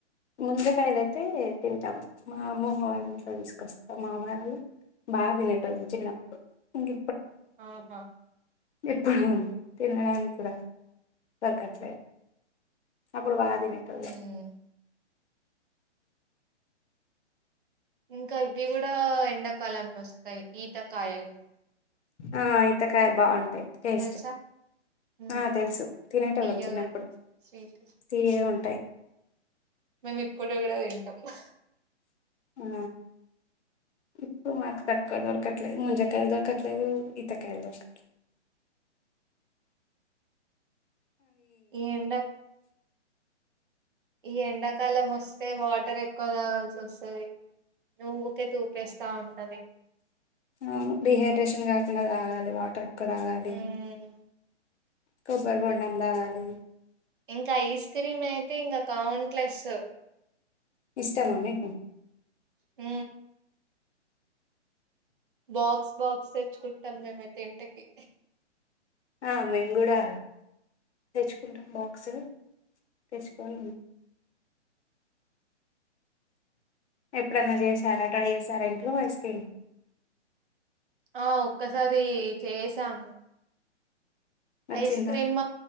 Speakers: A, on the left; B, on the right.
A: ముందకాయలుయితే తింటాం మా అమ్మమ్మ వాళ్ళ ఇంట్లో తీసుకొస్తాం మా అమ్మాయి వాళ్ళు బాగా తినేట వాళ్ళం చిన్నప్పుడు ఇంక
B: ఆహా
A: ఎప్పుడు తినడానికి కూడా దొరకట్లేదు ప్పుడు బా తినేటోళ్లం
B: హ్మ్ ఇంకా ఇవి కూడా ఎండాకాలంలో వస్తాయి ఈతకాయలు
A: ఆ ఇయితకాయలు బాగుంటు టేస్ట్
B: తెలుసా హ్మ్
A: ఆ తెలుసు తినేటోళ్లం
B: తీయగా
A: చిన్నప్పుడు
B: ఉంటాయి స్వీట్
A: తీయగా ఉంటాయి
B: మేము ఇప్పుడు కూడా తింటా ఆ
A: ఆ ఇప్పుడు మాకు తక్కువ దొరకట్లేదు ముంజకాయలు దొరకట్లేదు ఇతకాయలు దొరకట్లేదు
B: ఏండా ఈ ఎండాకాలం వస్తే వాటర్ ఎక్కువ తాగాల్సి వస్తుంది నువ్వుకే తూపేస్తా ఉంటది
A: అవును డిహైడ్రేషన్ కాకుండా తాగాలి వాటర్ క్కడ గడి
B: హ్మ్
A: కొబ్బరి బొండం దాగాలి
B: ఇంకా ఐస్ క్రీమ్ అయితే ఇంగ కౌంట్లెస్
A: ఇష్టమ్ మీకు
B: ఆ బాక్స్ బాక్స్ తెచ్చుకుంటు మేమైతే ఇంటికి
A: ఆ మేము కూడా తెచ్చుకుంటాం బాక్స్ ని తెచ్చుకొని ఎప్పుడన్నా చేశార ట్రై చేశార ఇంట్లో ఐస్ క్రీమ్
B: ఆ ఒక్కసారి చేసాము
A: నచ్చిందా
B: ఐస్ క్రీమ్